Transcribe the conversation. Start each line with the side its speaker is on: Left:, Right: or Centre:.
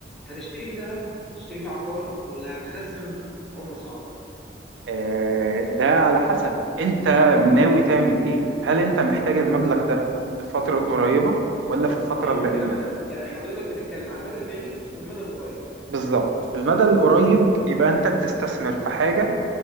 Centre: هتشتري بيه ذهب هتشتري بيه عقار ولا هتخزن عملة صعبة
Right: آه، ده على حسب انت ناوي تعمل ايه هل انت محتاج المبلغ ده في الفترة القريبة ولا في الفترة
Centre: حلو
Right: البعيدة
Centre: الكلام ده يعني حضرتك بتتكلم على المدى البعيد والمدى القريب
Right: بالظبط المدى القريب
Centre: مهم.
Right: يبقى انت بتستثمر في حاجة